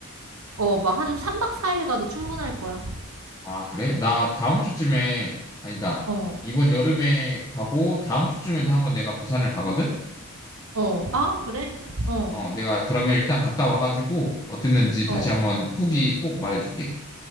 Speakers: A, on the right; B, on the left.
A: 어, 막 한 3박 4일 가도 충분할 거야.
B: 아, 그래? 나 다음 주쯤에 아니다.
A: 어,
B: 이번 여름에 가고 다음 주쯤에도 한번 내가 부산을 가거든?
A: 어, 아, 그래? 어,
B: 어, 내가 그러면 일단 갔다 와가지고 어땠는지
A: 어,
B: 다시 한번 후기 꼭 말해줄게.